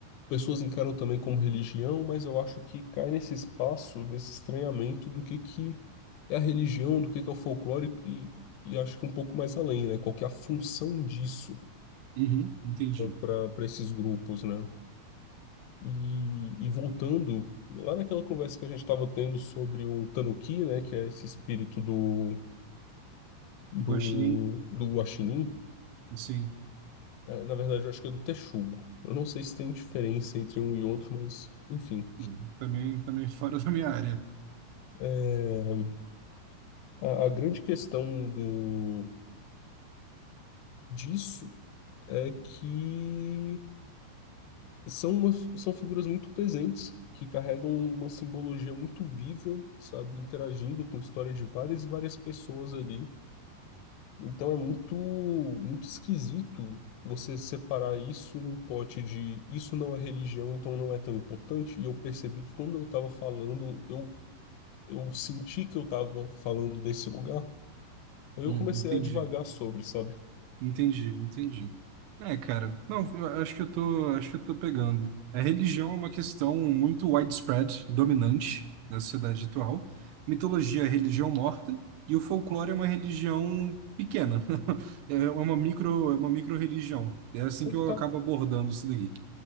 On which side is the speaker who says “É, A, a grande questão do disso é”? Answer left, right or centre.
Left